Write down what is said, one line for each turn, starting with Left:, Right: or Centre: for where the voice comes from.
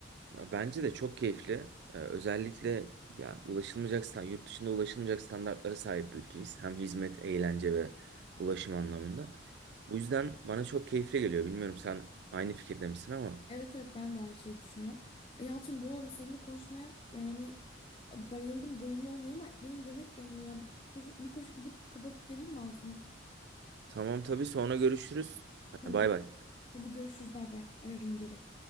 Right: bence de çok keyifli. E, özellikle ya ulaşılmayacak stan- yurt dışında ulaşılmayacak standartlara sahip bir ülkeyiz. Hem hizmet, eğlence ve ulaşım anlamında. Bu yüzden bana çok keyifli geliyor. Bilmiyorum sen aynı fikirde misin ama.
Left: Evet evet ben de aynı şeyi düşünüyorum. Yalçın bu arada seninle konuşmaya yani bayıldım doyum olmuyor ama benim yemek yanıyor ya. Bir koşu, bir koşu gidip kapatıp geleyim mi altını?
Right: Tamam tabii sonra görüşürüz.
Left: Tamam.
Right: Bay bay.
Left: Hadi görüşürüz bay bay. Ararım geri.